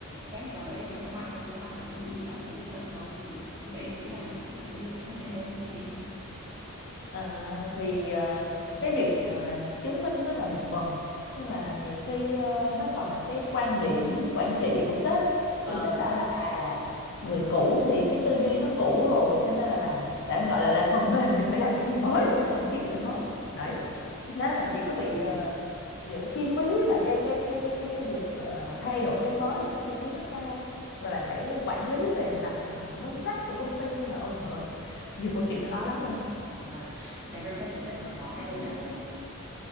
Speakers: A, on the right (about 15°); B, on the left (about 55°).
A: test nào đấy để cho các bạn xem là các bạn có đủ đáp ứng tiêu chuẩn không thì lúc đấy em nghĩ là chị sẽ chứng minh cho sếp dễ hơn
B: À, thì à, cái việc à, chứng minh nó là một phần nhưng mà nhiều khi ờ, nó còn là cái quan điểm quản trị của sếp ấy
A: <laughs> vâng
B: kiểu sếp bảo là à người cũ thì cái tư duy nó cũ rồi cho nên là làm đã gọi là làm phần mềm thì phải làm cái gì mới thì phải cần kiếm người mới đấy đó là chỉ có bị
A: thế
B: ờ,
A: thì
B: giữa chi phí và cái cái cái cái cái cái việc ờ, thay đổi cái mới thì cái chi phí nó cao rồi lại phải ờ, quản lý về mặt ờ, ngân sách của công ty nên là ôi trời ơi nhiều câu chuyện nó nói lắm em
A: vâng thì cái mindset của sếp là khó thay đổi nhất rồi chị ạ